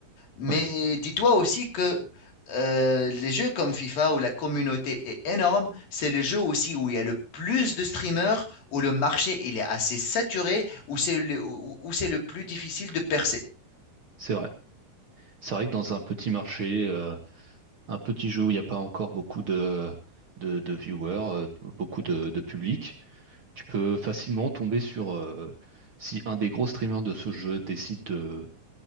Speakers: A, on the left; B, on the right.
A: Mais
B: ouais,
A: dis-toi aussi que euh, les jeux comme FIFA où la communauté est énorme, c'est les jeux aussi où il y a le plus de streamers, où le marché il est assez saturé, où c'est le, où- où c'est le plus difficile de percer,
B: c'est vrai. C'est vrai que dans un petit marché, euh, un petit jeu où il n'y a pas encore beaucoup de, de, de viewers, euh, beaucoup de, de public, Tu peux facilement tomber sur euh, si un des gros streamers de ce jeu décide de,